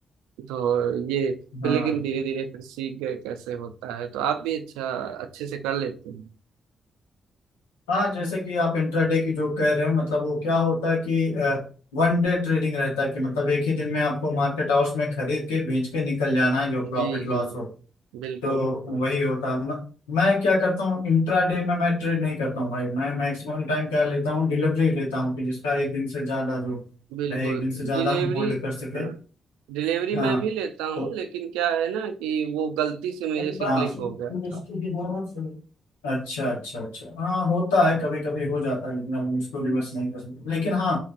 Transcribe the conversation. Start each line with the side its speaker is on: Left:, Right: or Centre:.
Right: तो ये फिर
Left: हाँ
Right: लेकिन धीरे धीरे फिर सीख गए कैसे होता है तो आप भी अच्छा अच्छे से कर लेते हैं
Left: हाँ जैसे कि आप इंट्राडे की जो कह रहे हैं मतलब वो क्या होता है कि वन डे ट्रेडिंग रहता है कि मतलब एक ही दिन में आपको मार्केट हाउस में खरीद के बेच के निकल जाना है जो प्रॉफिट
Right: जी
Left: लॉस
Right: जी
Left: हो
Right: बिल्कुल
Left: तो
Right: बिल्कुल
Left: वही होता है मैं, मैं क्या करता हूँ इंट्राडे में मैं ट्रेड नहीं करता हूँ भाई मैं मैक्सिमम टाइम क्या लेता हूँ डिलीवरी लेता हूँ कि जिसका एक दिन से ज्यादा जो
Right: बिल्कुल
Left: रहे एक दिन से ज्यादा
Right: डिलीवरी
Left: हम होल्ड कर सकें
Right: हाँ डिलीवरी
Left: हाँ
Right: मैं भी लेता
Left: तो
Right: हूँ लेकिन क्या है ना कि वो गलती से मेरे
Left: बड़ी हाँ बात
Right: से क्लिक हो गया था
Left: मुश्किल भी होना चाहिए अच्छा अच्छा अच्छा हाँ होता है कभी कभी हो जाता है लेकिन हम उसको रिवर्स नहीं कर सकते लेकिन हाँ